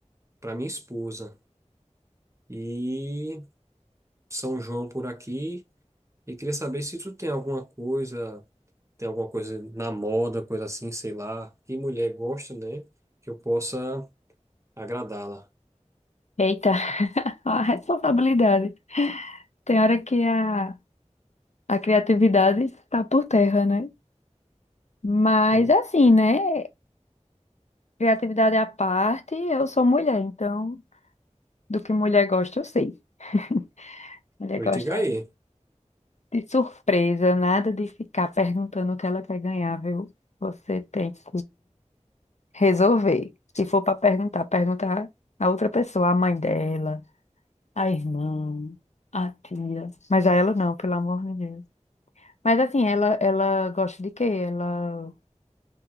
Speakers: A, on the right (about 25°); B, on the left (about 65°).
A: para minha esposa. E São João por aqui. E queria saber se tu tem alguma coisa tem alguma coisa na moda, coisa assim, sei lá, que mulher gosta, né? Que eu possa agradá-la.
B: Eita, <laughs> a responsabilidade. Tem hora que a, a criatividade está por terra, né? Mas
A: Hum.
B: assim, né? Criatividade à parte, eu sou mulher, então do que mulher gosta, eu sei. <laughs> Mulher
A: Pois
B: gosta
A: diga aí.
B: de de surpresa, nada de ficar perguntando o que ela quer ganhar, viu? Você tem que resolver. Se for para perguntar, perguntar a outra pessoa, a mãe dela. a irmã, a tia. Mas a ela não, pelo amor de Deus. Mas assim, ela, ela gosta de quê? Ela